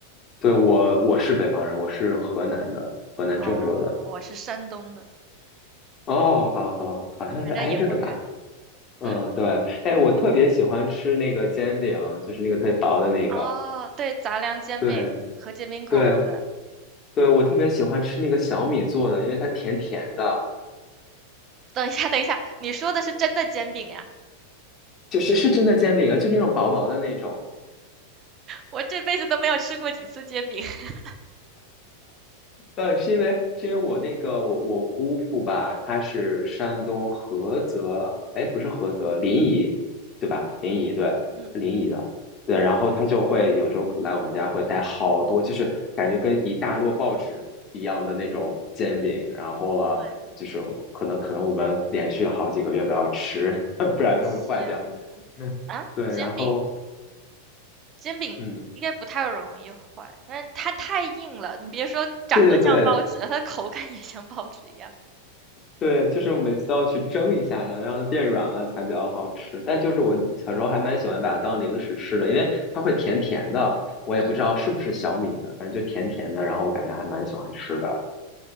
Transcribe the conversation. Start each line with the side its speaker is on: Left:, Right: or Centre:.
Left: 对，我我是北方人，我是河南的，河南郑州的。
Right: 哦，我是山东的。
Left: 哦，hello，hello，好像是挨着的吧？
Right: 反正也不远。
Left: 嗯，
Right: 嗯，
Left: 对。哎，我特别喜欢吃那个煎饼，就是那个特别薄的那个。
Right: 哦，对，杂粮煎饼和煎饼果子。
Left: 对，对，对，我特别喜欢吃那个小米做的，因为它甜甜的，
Right: 等一下，等一下，你说的是真的煎饼呀？
Left: 就是是真的煎饼啊，就那种薄薄的那种。
Right: 我这辈子都没有吃过几次煎饼。<laughs>
Left: 呃，是因为是因为我那个我我姑父吧，他是山东菏泽，哎，不是菏泽，临沂，对吧？临沂，对，
Right: 嗯，
Left: 临沂的，对。然后他就会有时候来我们家会带好多，就是感觉跟一大摞报纸一样的那种煎饼，然后了，
Right: 对，
Left: 就是可能可能我们连续好几个月都要吃，<laughs> 不然就会坏掉。
Right: 天呐，
Left: <laughs>
Right: 啊，
Left: 对，
Right: 煎饼，
Left: 然后
Right: 煎饼应该不太容易坏，
Left: 嗯，
Right: 但是它太硬了。你别说长得像报纸了，
Left: 对对对，
Right: 它的口感也像报纸一样。
Left: 对，就是我每次都要去蒸一下它，让它变软了才比较好吃。但就是我小时候还蛮喜欢把它当零食吃的，因为它会甜甜的，我也不知道是不是小米的，
Right: 嗯，
Left: 反正就甜甜的，然后我感觉还蛮喜欢吃的。